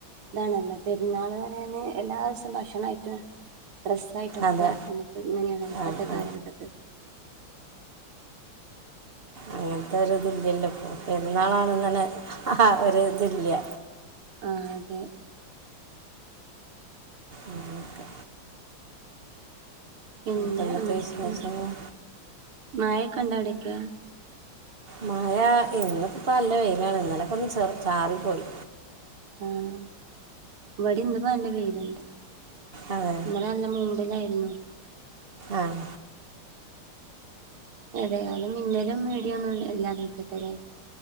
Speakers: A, on the right; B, on the right.
A: താണല്ലോ പെരുന്നാളറന് എല്ലാസം ഭക്ഷണായിട്ടും ഡ്രെസ് സായിട്ടൊക്കെ
B: അതെ
A: നമുക്ക് ഇങ്ങനേണല്ലോ. ഇപ്പത്തെ
B: ആ ആ.
A: കാലഘട്ടത്ത്
B: അങ്ങനത്തൊരിതില്യല്ലോ ഇപ്പോ പെരുന്നാളാണ്ന്നന്നെ ആ ഒരിതില്ല്യ.
A: ആഹ് അതെ.
B: അങ്നൊക്കെ
A: പിന്നെ
B: ഇപ്പം എന്തൊക്കെ
A: അങ്ങനൊക്കേണ്
B: വിശേഷങ്ങൾ
A: മായൊക്കെണ്ടവിടൊക്കെ?
B: മഴാ ഇന്നക്ക്പ്പോ നല്ല വെയിലാണ്. ഇന്നലൊക്കൊന്ന് ചെ ചാറി പോയി.
A: ആഹ് ഇവടിം ഇന്ന്പ്പോ നല്ല വെയില്ണ്ട്.
B: അതെ
A: നല്ല മൂഡിലായിരുന്നു.
B: ആഹ്
A: ഏതായാലും മിന്നലും ഇടിയൊന്നും ഇല്ലാതിരിക്കട്ട ല്ലേ